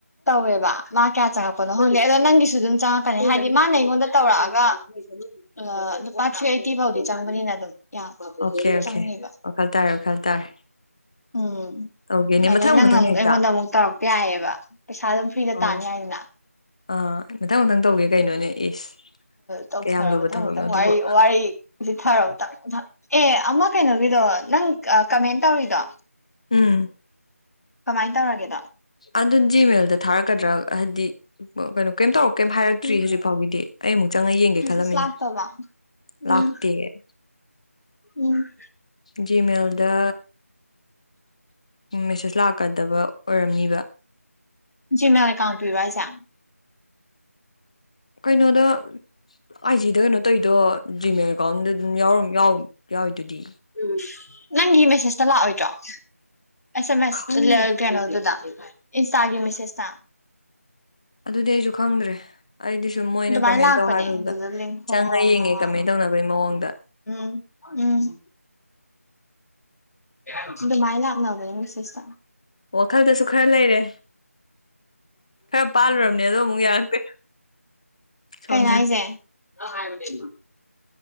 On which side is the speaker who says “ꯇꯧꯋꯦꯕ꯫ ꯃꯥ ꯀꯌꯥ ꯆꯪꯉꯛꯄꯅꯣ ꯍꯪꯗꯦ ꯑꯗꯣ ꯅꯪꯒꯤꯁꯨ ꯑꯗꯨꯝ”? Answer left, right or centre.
Left